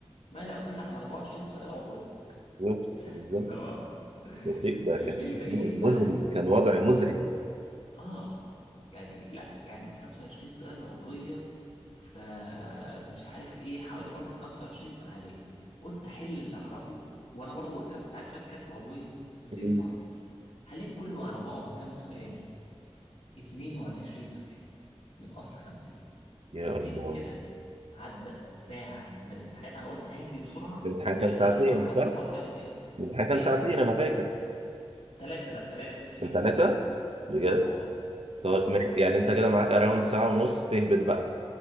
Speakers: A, on the left; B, on the right.
A: ما لا يقل عن 24 سؤال عضويه
B: بالظبط
A: <laughs>
B: بالظبط
A: تمام
B: ده شيء ده
A: ال-
B: كان
A: الباقيين
B: شيء مؤ-
A: بقى
B: مزري كان وضع مزري
A: اه يعني لا يعني 25 سؤال عضوية فمش عارف ايه حوالي برضو 25 عادية قلت احل اللي اعرفه وانا برضو قلت لك كنت عارف شوية حاجات في العضوية واسيب
B: مم.
A: اللي ما اعرفوش حليت كله على بعضه كام سؤال 22 سؤال من اصل 50
B: يا
A: انا بقيت
B: الله
A: كده عدى ساعة من الامتحان انا قلت هجري بسرعة
B: الامتحان
A: علشان
B: كان ساعتين
A: ايه اللي مش هعرفه
B: صح؟
A: هسيبه وارجع له تاني
B: الامتحان كان
A: ايه
B: ساعتين انا فاكر
A: ثلاثة لا ثلاثة الكيمياء
B: كان ثلاثة
A: كان ثلاثة
B: بجد
A: اه
B: طب
A: اه
B: ما- يعني انت كده معاك اراوند ساعة ونص تهبط بقى